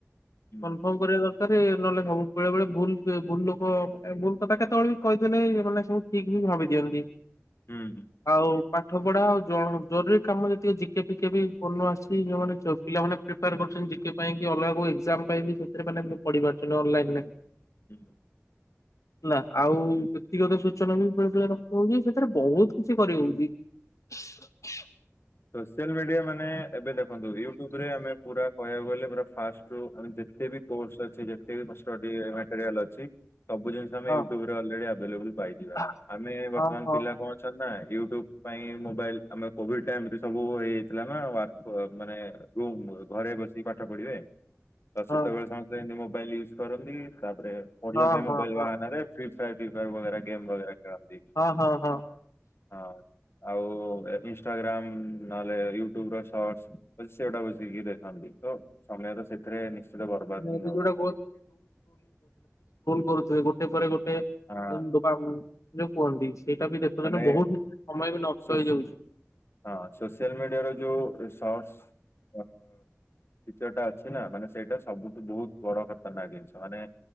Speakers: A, on the left; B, on the left.
A: ହୁଁ
B: କନଫର୍ମ କରିବା ଦରକାର। ସତରେ ନହେଲେ ସବୁ ବେଳେବେଳେ ଭୁଲ ଭୁଲ ଲୋକ ଭୁଲ କଥା କେତେବେଳେ ବି କହିଦେଲେ ଇଏ ମାନେ ସବୁ ଠିକ ବି ଭାବି ଦିଅନ୍ତି
A: ହୁଁ
B: ଆଉ। ପାଠ ପଢା ଆଉ ଜ ଜରୁରୀ କାମ ଯେତିକି ଜିକେ ପିକେ ବି ଭଲ ଆସିଛି ପିଲାମାନେ ପ୍ରିପେୟାର କରିଛ ଜି କେ ପାଇଁ କି ଅଲଗା କୋଉ ଏକଜା, ମ ପାଇଁ ସେ ପଢାରୁ <unintelligible>
A: ହ।
B: ହେଲା ଆଉ ବ୍ୟକ୍ତିଗତ ସୂଚନା ବି ବେଳେବେଳେ ହଉଛି ସେ ସେଥିରେ ବହୁତ କିଛି କରି ହଉଛି।
A: ସୋସିଆଲ ମିଡିଆ ମାନେ ଏବେ ଦେଖନ୍ତୁ ୟୁଟୁବରେ ଆମେ ପୁରା କହିବାକୁ ଗଲେ ଫାଷ୍ଟ <unintelligible> ଯେତେ ବି କୋର୍ସ ଅଛି ଯେତେ ବି ଷ୍ଟଡି ମ୍ୟାଟେରିଆଲ ଅଛି ସବୁ ଜିନିଷ ଆମେ
B: ହଁ
A: ୟିଉଟୁବ ରୁ ଅଲରେଡି ଆଭେ ଆଭେଲେବଲ ପାଇିଯିବା
B: ହଁ
A: ଆମେ ବର୍ତ୍ତମାନ
B: ହଁ
A: ପିଲା କଣ ଅଛନ୍ତି ନା। ୟୁଟ୍ୟୁବ ପାଇଁ ମୋବାଇଲ ଆମେ ବୋହୁତ ଟାଇମରେ ସବୁ ହେଇଯାଇଥିଲା ନା ମାନେ ଯୋଉ ଘରେ ବସିକ ପାଠ ପଢିବେ। ତ
B: ହଁ
A: ସେତେବେଳେ ସମସ୍ତେ ଏମିତି ମୋବାଇଲ ୟୁଜ୍ କରନ୍ତି ତା ରେ ପଢିବାପାଇଁ
B: ହଁ ହଁ
A: ମୋବାଇଲ
B: ହଁ
A: ବାହନରେ ପ୍ରି ଫାୟର ବଗେର ଗେମ୍ ବଗେରା ଖେଳନ୍ତି।
B: ହଁ ହଁ ହଁ।
A: ହଁ ଆଉ ଇନଷ୍ଟାଗ୍ରାମ ନହେଲେ ୟୁଟ୍ୟୁବ ର ସଟ ସେଗୁଟା ବୁସିକି ଦେଖନ୍ତି ତ ସମୟ ତ ସେଥିରେ
B: <unintelligible>
A: ବର୍ବାଦ ହିଁ
B: ସ୍କ୍ରୋଲ
A: ହବ।
B: କରୁଥିବେ ଗୋଟେ ପରେ ଗୋ ଦୋକାନ
A: ହଁ
B: ଯୋଉ କୁହନ୍ତି। ସେଇଟା ବି ଦେଖୁଛନ୍ତିୁ
A: ମାନେ
B: ବୋହୁତରେ ସମୟ ବି ନଷ୍ଟ
A: ସୋସି
B: ହେଇଯାଉଛି।
A: ହଁ ସୋସିଆଲ ମିଡିଆରେ ଯୋଉ ସଟ ଫିଚର ଟା ଅଛି ନା ମାନେ ସେଇଟା ସବୁଠୁ ବୋହୁତ ବଡ ଖତରନାକ ଜିନିଷ ମାନେ